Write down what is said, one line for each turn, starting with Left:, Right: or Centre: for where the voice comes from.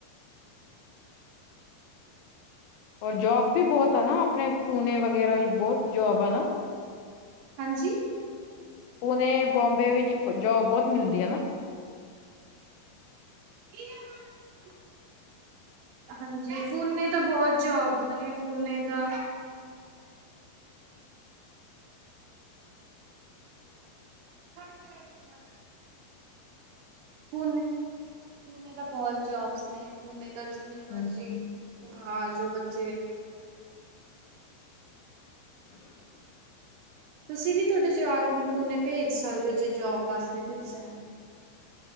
Left: ਔਰ ਜੋਬ ਵੀ ਬਹੁਤ ਆ ਨਾ ਆਪਣੇ ਪੂਣੇ ਵਗੈਰਾ ਵਿੱਚ ਬਹੁਤ ਜੋਬ ਨਾ।
Right: ਹਾਂਜੀ।
Left: ਪੂਣੇ ਬੋਬੇ ਵਿੱਚ ਜੋਬ ਬਹੁਤ ਮਿਲਦੀ ਹੈ ਨਾ।
Right: <unintelligible> ਹਾਂਜੀ ਪੂਨੇ ਦਾ ਬਹੁਤ ਜੋਬਸ ਨੇ ਪੂਨੇ ਦਾ <unintelligible> ਪੂਣੇ ਪੂਣੇੇ ਦਾ ਬਹੁਤ ਜੋਬਸ ਨੇ ਪੂਣੇ ਜਿੰਨੇ ਮਰਜ਼ੀ
Left: ਹਮ
Right: ਹਾਂ ਜੋ ਬੱਚੇ
Left: <unintelligible>
Right: ਤੁਸੀਂ ਵੀ ਤੁਹਾਡੇ ਜਵਾਕ ਨੂੰ ਪੂਨੇ ਭੇਜ ਸਕਦੇ ਹੋ ਜੇ ਜੋਬ ਵਾਸਤੇ ਭੇਜਣਾ।